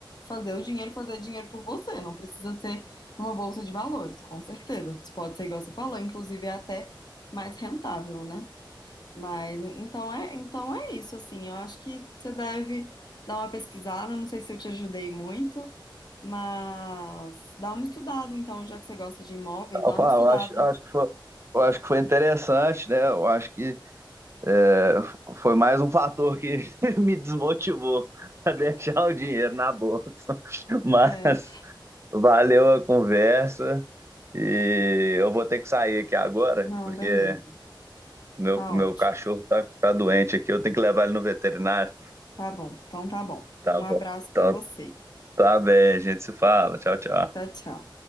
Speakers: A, on the left; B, on the right.
A: fazer o dinheiro fazer dinheiro por você, não precisa ser numa bolsa de valores, com certeza. Pode ser igual você falou, inclusive é até mais rentável, né? Mas então é, então é isso, assim. Eu acho que você deve dar uma pesquisada. Não sei se eu te ajudei muito, mas dá uma estudada, então, já que você gosta de imóveis, dá
B: Eu falo,
A: uma estudada.
B: eu acho, eu acho que foi, eu acho que foi interessante, né? Eu acho que é, foi mais um fator que <laughs> me desmotivou a deixar o dinheiro na bolsa. <laughs> Mas
A: É, é.
B: Valeu a conversa. E eu vou ter que sair aqui agora,
A: Não,
B: porque
A: beleza.
B: meu,
A: Tá
B: meu
A: ótimo.
B: cachorro tá, tá doente aqui. Eu tenho que levar ele no veterinário.
A: Tá bom. Então tá bom.
B: Tá
A: Um
B: bom.
A: abraço
B: Então,
A: pra você.
B: tá bem, a gente se fala. Tchau, tchau.
A: Tchau, tchau.